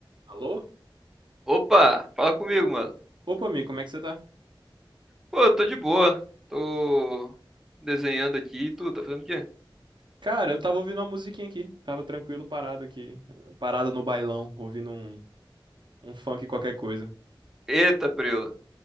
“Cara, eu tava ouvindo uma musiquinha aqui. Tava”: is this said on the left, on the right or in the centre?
Right